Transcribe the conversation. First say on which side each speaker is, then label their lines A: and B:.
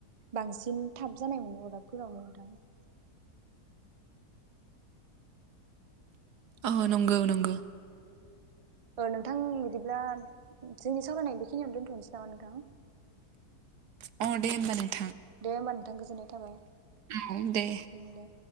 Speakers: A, on the right (about 60°); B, on the right (about 80°).
A: बांसिन थाब जानाय मोनो अरदाबफोरावनो नोंथां।
B: आ नंगौ नंगौ।
A: नोंथां बिदिब्ला जोंनि सावरायनाय बेखिनियावनो दोनथनोसै नामा नोंथां?
B: अ दे होमबा दे।
A: दे होमबा नोंथां गोजोननाय थाबाय
B: औ दे
A: उ दे।